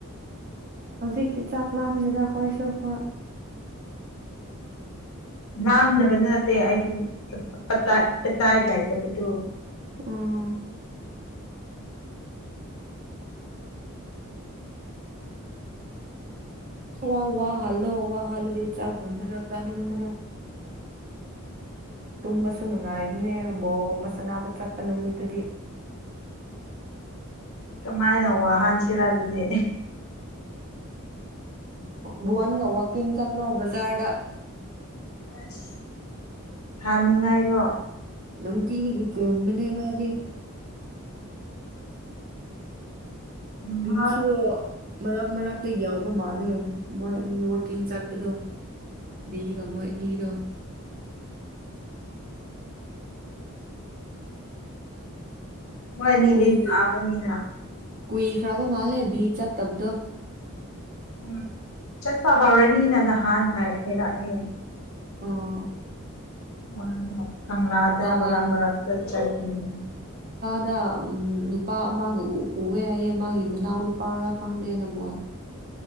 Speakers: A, on the right (about 40°); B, on the left (about 75°).
A: ꯍꯧꯖꯤꯛꯇꯤ ꯆꯥꯛꯂꯥꯝꯗꯦꯗ ꯑꯩꯈꯣꯏꯁꯨ ꯍꯣꯏ
B: ꯂꯥꯝꯗꯕꯗꯤ ꯅꯠꯇꯦ ꯑꯩꯗꯤ ꯑꯦꯄꯇꯥꯏꯞ ꯄꯇꯥꯏꯞ ꯂꯩꯥꯇꯕꯗꯨ
A: ꯎꯝ ꯈꯔ ꯋꯥꯍꯜꯂꯣ ꯋꯥꯍꯜꯂꯗꯤ ꯆꯥꯛ ꯀꯨꯝꯕꯗꯣ ꯆꯥꯅꯤꯡꯕꯅꯦ ꯇꯨꯝꯕꯁꯨ ꯅꯨꯡꯉꯥꯏꯕꯅꯦ ꯕꯣꯜꯒꯨꯝꯕ ꯁꯅꯥꯕ ꯆꯠꯄ ꯅꯨꯃꯤꯠꯇꯨꯗꯤ
B: ꯀꯃꯥꯏꯅ ꯋꯥꯍꯥꯟꯁꯤꯔ ꯑꯗꯨꯗꯤ
A: ꯨꯋꯥꯟꯒ ꯋꯥꯀꯤꯡ ꯆꯠ ꯂꯣ ꯕꯖꯥꯔꯗ
B: ꯑꯁ ꯍꯥꯅꯤꯡꯉꯥꯏꯗꯣ
A: ꯅꯨꯡꯇꯤꯒꯤ ꯆꯦꯟꯕꯅꯦ ꯃꯥꯗꯤ ꯃꯤꯕꯤꯁꯨ
B: ꯃꯣꯏ
A: ꯃꯔꯛ ꯃꯔꯛ ꯇ ꯌꯥꯎ ꯃꯥꯜꯂꯦ ꯃꯣꯏ ꯑꯅꯤ ꯋꯥꯛꯀꯤꯡ ꯆꯠꯄꯗꯣ ꯕꯤꯒ ꯃꯣꯏ ꯑꯅꯤꯗꯣ
B: ꯃꯣꯏ ꯑꯅꯤꯗꯤ
A: ꯀꯨꯏ
B: ꯌꯥꯕꯅꯤꯅ
A: ꯀꯨꯏꯈ꯭ꯔꯕ ꯃꯥꯜꯂꯦ ꯕꯤ ꯆꯠꯇꯕꯗꯣ꯫
B: ꯎꯝ ꯆꯠꯄ ꯍꯧꯎꯔꯅꯤꯅ ꯅꯍꯥꯟ ꯍꯥꯏꯔꯛꯑꯦ꯫
A: ꯑꯣ꯫
B: ꯋꯥꯗꯣ꯫ ꯀꯪꯂꯥꯗ
A: ꯅꯍꯥꯟ
B: ꯃꯔꯛ ꯃꯔꯛꯇ ꯆꯠꯀꯅꯤ꯫
A: ꯗ ꯎꯝ ꯅꯨꯄꯥ ꯑꯃꯒ ꯎꯋꯦ ꯍꯥꯏꯌꯦ ꯃꯥꯒꯤ ꯃꯅꯥꯎ ꯅꯨꯄꯥꯔ ꯈꯪꯗꯦ ꯅꯝꯕꯣꯟ꯫